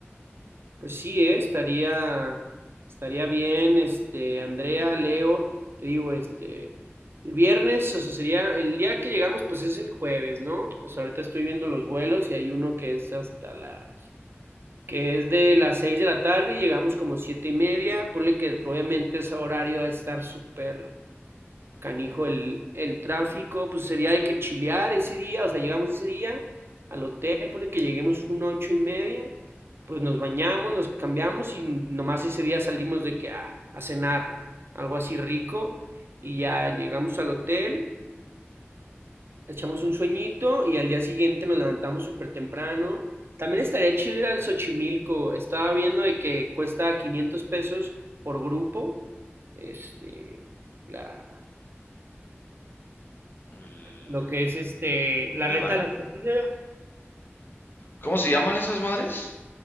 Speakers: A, on the right; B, on the left.
A: Pues sí, eh, estaría, estaría bien, este, Andrea, Leo, te digo, este, el viernes, o sea, sería, el día que llegamos, pues es el jueves, ¿no? O sea, ahorita estoy viendo los vuelos y hay uno que es hasta las, que es de las 6 de la tarde y llegamos como siete y media, ponle que obviamente ese horario va a estar súper canijo el, el tráfico, pues sería de que chilear ese día, o sea, llegamos ese día al hotel, ponle que lleguemos un ocho y media pues nos bañamos, nos cambiamos y nomás ese día salimos de que ah, a cenar, algo así rico, y ya llegamos al hotel, echamos un sueñito y al día siguiente nos levantamos súper temprano. También estaría chido ir al Xochimilco, estaba viendo de que cuesta 500 pesos por grupo, este, la,
B: el,
A: lo que es este, la
B: el
A: reta
B: barco.
A: de las trajineras,
B: ¿Cómo se llaman esas madres?